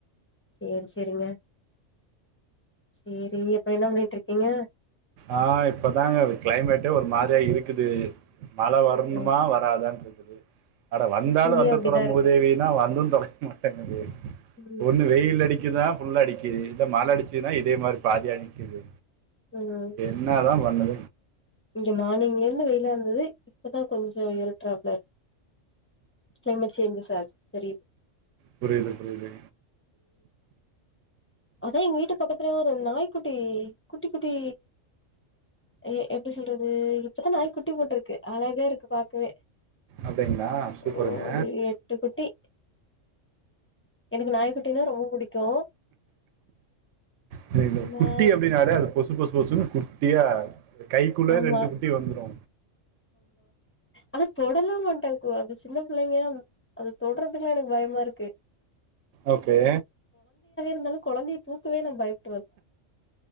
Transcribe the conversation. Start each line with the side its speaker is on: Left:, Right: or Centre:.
Left: சேரி சேரிங்க சேரி அப்ப என்ன பண்ணிட்டு இருக்கீங்க
Right: ஆ இப்பதாங்க க்ளைமேட்டே ஒரு மா ரிதா இருக்குது மழ வர்ணுமா
Left: ம்
Right: வராதான்ட்ருக் <unintelligible> அட வந்தாலு
Left: இங்கயு
Right: வந்து
Left: அப்டிதா
Right: தொல மூதேவினா
Left: இருக்கு
Right: வந்து தொலைய மாட்டேங்குது
Left: ம்
Right: ஒன்னு வெயில் அடிக்கிதா ஃபுல்லா அடிக்கிது இப்போ மழ அடிச்சுதுனா இதே மாரி பாதியடிக்குது
Left: ம்
Right: என்னதா பண் <unintelligible>
Left: இங்க மார்னிங்லருந்து வெயிலா இருந்தது இப்பதா கொஞ்சம் இருட்ராப்ல இருக் கிளைமேட் சேஞ்சஸ் ஆது தெரியுது
Right: புரியுது புரியுது
Left: அதா எங்க வீட்டு பக்கத்துல ஒரு நாய்க்குட்டி குட்டி குட்டி எ எப்டி சொல்றது இப்பதா நாய் குட் டி போட்ருக்கு அழகா இருக்கு பாக்கவே
Right: அப்டிங்களா சூப்பருங்க
Left: ஒரு எட்டு குட்டி எனக்கு நாய் குட்டினா ரொம்ப புடிக்கு
Right: இல்ல இல்ல
Left: நா
Right: குட்டி அப்டின்னாலே அது பொசு பொசு பொசுன் குட் டியா என் கைக்குள்ள
Left: ஆமா
Right: ரெண்டு குட்டி வந்துரு
Left: அத தொடலா மாட்டே இப்போ அது சின்ன பிள்ளைலயா அது தொட்றதுக்கே எனக்கு பயமா இருக்கு
Right: ஓகே
Left: ந்தாலு கொழந்தையே தூக்கவே நா பயப்